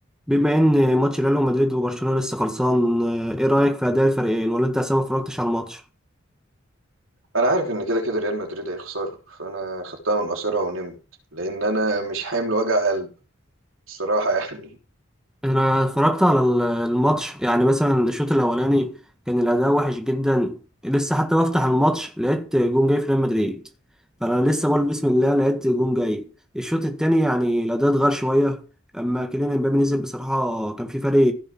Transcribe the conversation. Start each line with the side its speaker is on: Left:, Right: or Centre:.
Centre: بما ان ماتش ريال مدريد وبرشلونه لسه خلصان آه، ايه رايك في اداء الفريقين ولا انت اصلا ما اتفرجتش على الماتش
Right: انا عارف ان كده كده ريال مدريد هيخسر فانا خدتها من قصيرها ونمت لان انا مش حامل وجع قلب بصراحه <laughs> يعني
Centre: انا اتفرجت على ال- الماتش يعني مثلا الشوط الاولاني كان الاداء وحش جدا لسه حتى بفتح الماتش لقيت جون جاي في ريال مدريد فانا لسه بقول بسم الله لقيت جون جاي الشوط التاني يعني الاداء اتغير شويه اما كيليان امبابي نزل بصراحه كان في فرق